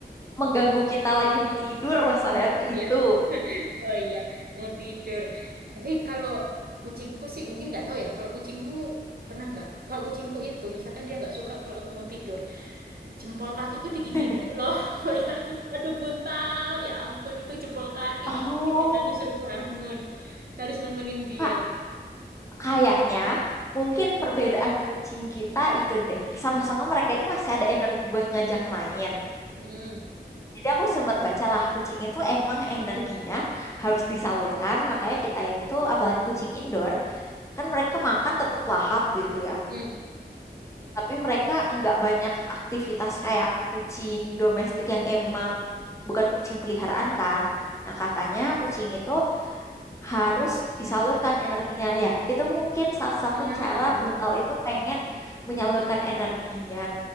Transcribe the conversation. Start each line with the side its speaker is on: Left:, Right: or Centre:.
Left: Mengganggu kita lagi mau tidur mas saya tuh itu.
Right: Iya. <laughs> Oh iya, mau tidur. Tapi kalau kucingku sih, mungkin nggak tahu ya. Kalau kucingmu pernah nggak? Kalau kucingku itu, misalkan dia nggak suka kalau aku mau tidur, jempol kakiku digigitin
Left: <laughs>
Right: loh. <laughs> Bayangin, aduh buntal. Ya ampun, itu jempol kaki
Left: Oh,
Right: digigitin. Aku suruh bangun, harus nemenin dia.
Left: Kak, kayaknya mungkin perbedaan kucing kita itu deh. Sama-sama mereka itu masih ada energi buat ngajak main.
Right: Mm-mm.
Left: Jadi aku sempat bacalah kucing itu emang energinya harus disalurkan. Makanya kita itu, apalagi kucing indoor, kan mereka makan tetap lahap gitu ya.
Right: Mm.
Left: Tapi mereka nggak banyak aktivitas kayak kucing domestik yang emang bukan kucing peliharaan kan. Nah, katanya kucing itu harus disalurkan energinya ya. Itu mungkin salah satu
Right: Ah
Left: cara
Right: iya, ampun.
Left: Buntal itu pengen menyalurkan energinya